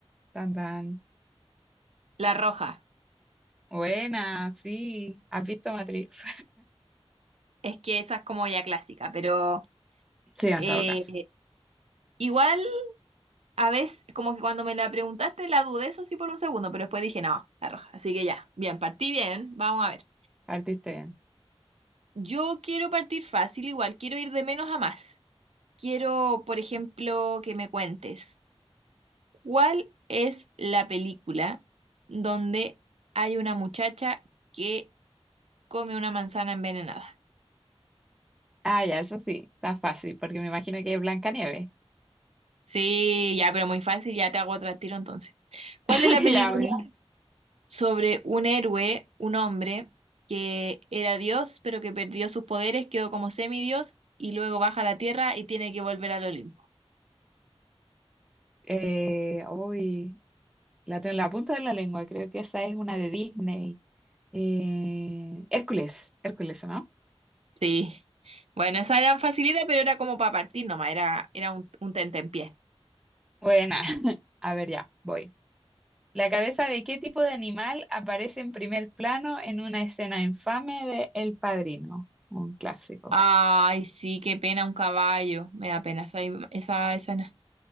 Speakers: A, in the centre; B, on the right.
A: Tan, tan.
B: La Roja,
A: Buena, sí. ¿Has visto Matrix?
B: es que esa es como ya clásica, pero
A: <laughs> Sí, en
B: eh,
A: todo caso.
B: igual a veces, como que cuando me la preguntaste la dudé, eso sí, por un segundo, pero después dije, no, La Roja. Así que ya, bien, partí bien, vamos a ver.
A: Partiste bien.
B: Yo quiero partir fácil, igual quiero ir de menos a más. Quiero, por ejemplo, que me cuentes, ¿cuál es la película donde hay una muchacha que come una manzana envenenada?
A: Ah, ya, eso sí. Está fácil, porque me imagino que es Blancanieves.
B: Sí, ya, pero muy fácil, ya te hago otro al tiro entonces. ¿Cuál
A: <laughs>
B: es la película
A: Ya, bueno.
B: sobre un héroe, un hombre que era Dios, pero que perdió sus poderes, quedó como semidios y luego baja a la tierra y tiene que volver al Olimpo?
A: Eh, uy, La tengo en la punta de la lengua, creo que esa es una de Disney. Eh, Hércules, Hércules, ¿no?
B: Sí. Bueno, esa era facilidad, pero era como para partir nomás, era, era un, un tentempié.
A: Buena. <laughs> A ver, ya, voy. ¿La cabeza de qué tipo de animal aparece en primer plano en una escena infame de El Padrino? Un clásico.
B: Ay, sí, qué pena un caballo. Me da pena esa, im- esa escena.